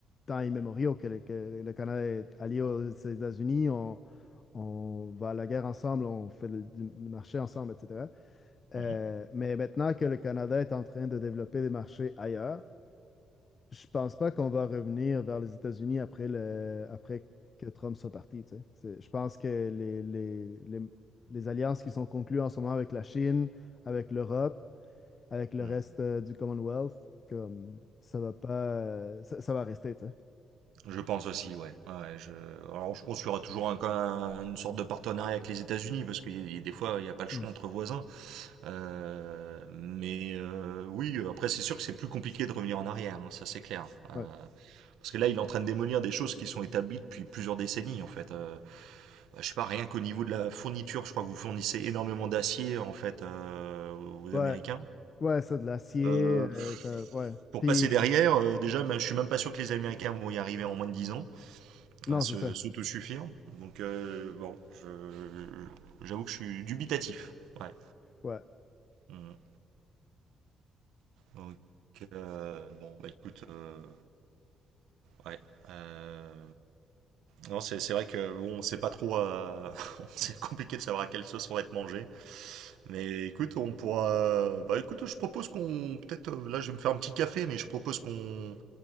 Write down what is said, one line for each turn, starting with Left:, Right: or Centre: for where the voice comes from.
Left: temps immémoriaux que le, que le Canada est allié aux États-Unis, on on va à la guerre ensemble, on fait le- du, marché ensemble, etc.
Right: Mhm.
Left: Euh, mais maintenant que le Canada est en train de développer des marchés ailleurs, je pense pas qu'on va revenir vers les États-Unis après le, après que Trump soit parti, tu sais. C'est- Je pense que les, les, les, les alliances qui sont conclues en ce moment avec la Chine, avec l'Europe, avec le
Right: Mhm.
Left: reste euh, du Commonwealth, comme ça va pas, euh, ça, ça va rester, tu sais.
Right: Je pense aussi, ouais. ouais je... Alors, je pense qu'il y aura toujours un, un- une sorte de partenariat avec les États-Unis, parce que y- y- des fois, il n'y a pas le choix
Left: Hmm.
Right: entre voisins. Euh, mais euh, oui, après, c'est sûr que c'est plus compliqué de revenir en arrière, hein, ça c'est clair. Euh,
Left: Ouais.
Right: parce que là, il est en train de démolir des choses qui sont établies depuis plusieurs décennies, en fait. Euh, bah, je sais pas, rien qu'au niveau de la fourniture, je crois que vous fournissez énormément d'acier, en fait, euh, aux
Left: Ouais,
Right: Américains.
Left: ouais, c'est de l'acier,
Right: Euh,
Left: euh, comme- ouais.
Right: pour
Left: Puis,
Right: passer derrière, euh, déjà, même- je suis même pas sûr que les Américains vont y arriver en moins de dix ans.
Left: non,
Right: à se
Left: c'est ça.
Right: s'auto-suffire. Donc, euh, bon, je- j'avoue que je suis dubitatif. Ouais.
Left: Ouais.
Right: Mm. Donc, euh, bon, bah écoute, euh, ouais. euh, non, c'est c'est vrai que bon, on sait pas trop. euh, <laughs> c'est compliqué de savoir à quelle sauce on va être mangé. Mais écoute, on pourra. Bah écoute, je propose qu'on. Peut-être. euh, Là, je vais me faire un petit café, mais je propose qu'on.